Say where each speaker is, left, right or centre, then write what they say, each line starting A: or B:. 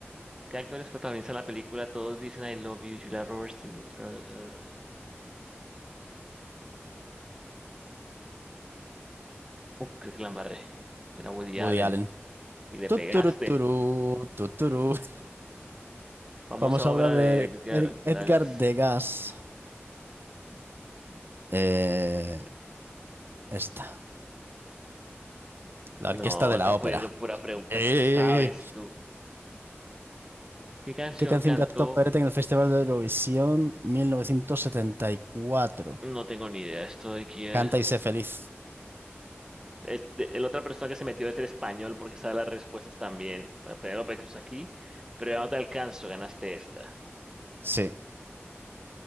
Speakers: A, on the right; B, on the right.
A: ¿Qué actores protagonizan la película? Todos dicen I love you, Julia Roberts, Tim- Uh, <laughs> creo que la embarré. Era Woody Allen.
B: Woody Allen.
A: Y le
B: Tuturu,
A: pegaste.
B: tuturu tuturu. <laughs>
A: Famosa
B: Vamos
A: obra
B: a hablar de
A: de Edgar
B: Er- Edgar
A: Dagas.
B: Degas. Eh, esta, la
A: No,
B: Orquesta de
A: están
B: la Ópera.
A: poniendo pura pregunta.
B: Eh,
A: ¿Qué sabes tú? ¿Qué canción
B: ¿qué canción
A: cantó?
B: cantó Perete en el Festival de Eurovisión 1974?
A: No tengo ni idea. Esto de aquí es...
B: Canta y sé feliz.
A: es de- la otra persona que se metió es el español porque sabe las respuestas también. Bueno, Penélope Cruz aquí, pero ya no te alcanzo. Ganaste esta.
B: Sí.